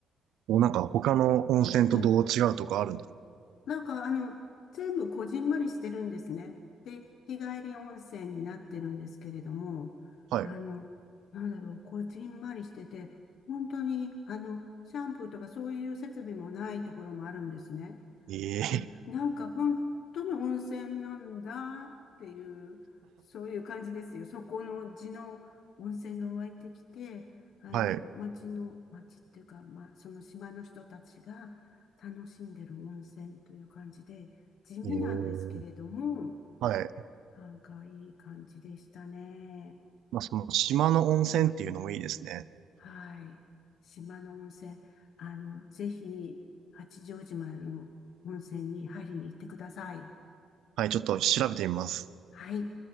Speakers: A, on the right (about 80°); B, on the left (about 70°).
A: もうなんか他の温泉とどう違うとかあるんです
B: はい。なんか、あの、全部こじんまりしてるんですね。で、日帰り温泉になってるんですけれども、
A: かはい。
B: あの、なんだろう、こじんまりしてて、本当に、あの、シャンプーとかそういう設備もないところもあるんですね。
A: ええ
B: あなんか本当に温泉なんだっていう、そういう感じですよ。そこの地の温泉が湧いてきて、あの、
A: はい。
B: 町の、町っていうか、まあ、その島の人たちが楽しんでる温泉という感じで、地味なんですけれども、
A: ええはい。
B: なんかいい感じでしたね。
A: まあ、その島の温泉っていうのもいいですね。
B: はい。島の温泉、あの、ぜひ、八丈島の温泉に入りに行ってください。
A: はい、ちょっと調べてみます。
B: はい。